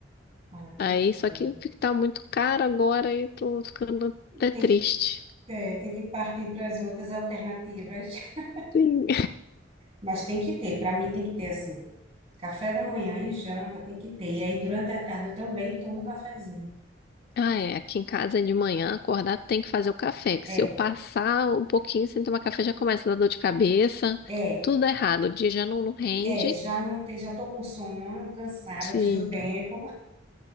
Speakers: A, on the right; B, on the left.
A: Ah, que
B: Aí,
A: bom.
B: só que fica- tá muito caro agora e tô ficando até
A: Tem
B: triste.
A: que, é, tem que partir para as outras alternativas. <laughs>
B: Sim.
A: Mas tem que ter, para mim tem que ter assim. Café da manhã e janta tem que ter. E aí durante a tarde eu também tomo um cafezinho.
B: Ah, é, aqui em casa de manhã, acordar tem que fazer o café, que
A: É,
B: se eu passar um pouquinho sem tomar café já começa a dar dor de cabeça,
A: é,
B: tudo dá errado, o dia já não, não rende.
A: é, já não tem, já tô com sono, cansada
B: Sim.
A: antes do tempo.